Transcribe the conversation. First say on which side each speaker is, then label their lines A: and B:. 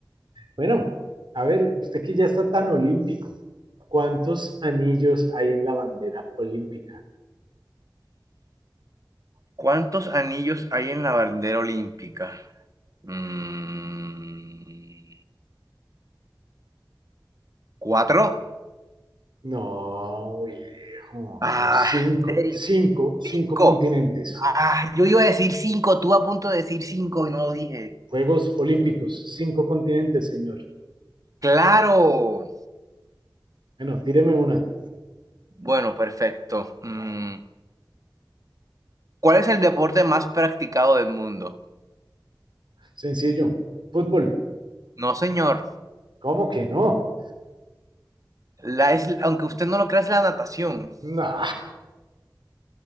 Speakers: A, on the right (about 80°); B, on the right (about 45°).
A: Bueno, a ver, usted que ya está tan olímpico, ¿cuántos anillos hay en la bandera olímpica?
B: ¿Cuántos anillos hay en la bandera olímpica? Mm, ¿cuatro?
A: No, viejo,
B: Ah,
A: son cinco,
B: ¿en serio?
A: cinco, cinco
B: Cinco.
A: continentes.
B: Ah, yo iba a decir cinco, tú a punto de decir cinco y no lo dije.
A: Juegos Olímpicos, cinco continentes, señor.
B: Claro.
A: Bueno, tíreme una.
B: Bueno, perfecto. Mm, ¿Cuál es el deporte más practicado del mundo?
A: Sencillo. Fútbol.
B: No, señor.
A: ¿Cómo que no?
B: La es, aunque usted no lo crea, es la natación.
A: No.